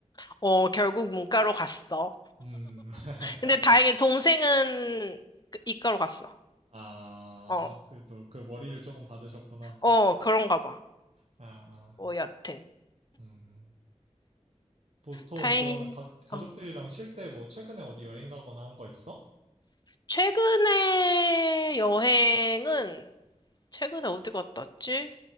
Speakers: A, on the left (about 35°); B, on the right (about 60°).
A: 어, 결국 문과로 갔어.
B: 음, <laughs>
A: 근데 다행히 동생은 그 이과로 갔어.
B: 아,
A: 어.
B: 그래도 그 머리를 조금 받으셨구나.
A: 어, 그런가 봐.
B: 아,
A: 뭐 여튼.
B: 음. 보통
A: 다행히.
B: 그러면 가, 가족들이랑
A: 어
B: 쉴 때 뭐 최근에 어디 여행 가거나 한 거 있어?
A: 최근에 여행은 최근에 어디 갔다 왔지?